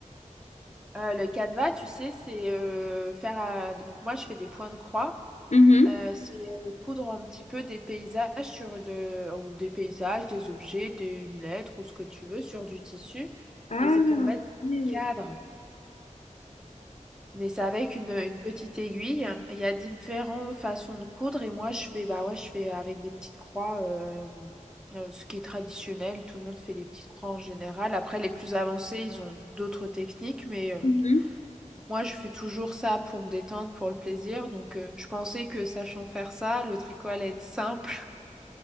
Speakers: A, in the centre; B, on the left.
A: Euh, le canevas, tu sais, c'est euh, faire. euh, donc, moi, je fais des points de croix.
B: Mhm.
A: Euh, c'est euh, coudre un petit peu des paysages sur de, ou des paysages, des objets, des, une lettre ou ce que tu veux sur du tissu.
B: Ah,
A: Et c'est pour mettre des
B: oui.
A: cadres. Mais c'est avec une, une petite aiguille. Il y a différentes façons de coudre et moi je fais bah ouais je fais avec des petites croix, euh, euh, ce qui est traditionnel. Tout le monde fait des petites croix en général. Après les plus avancés ils ont d'autres techniques, mais euh,
B: Mhm.
A: moi je fais toujours ça pour me détendre, pour le plaisir. Donc euh, je pensais que sachant faire ça, le tricot allait être simple